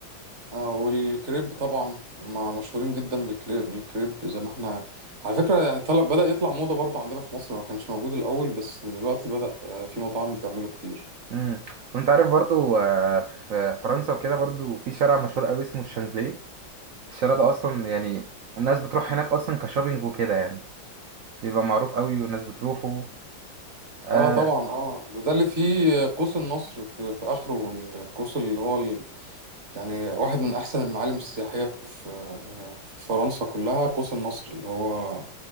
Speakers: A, on the right (about 45°); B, on the right (about 80°).
A: آه والكريب طبعا هما مشهورين جدا بالكريب بالكريب زي ما احنا على فكرة يعني طلب بدأ يطلع موضة برضو عندنا في مصر ما كانش موجود الأول بس دلوقتي بدأ آه، في مطاعم بتعمله كتير
B: امم وانت عارف برضو آه، في فرنسا وكده برضو في شارع مشهور قوي اسمه الشانزليه الشارع ده اصلا يعني الناس بتروح هناك اصلا كشوبينج وكده يعني بيبقى معروف قوي والناس بتروحه آه
A: اه طبعا اه ده, ده اللي فيه قوس النصر في, في اخره القوس اللي هو يعني واحد من أحسن المعالم السياحية في في فرنسا كلها قوس النصر اللي هو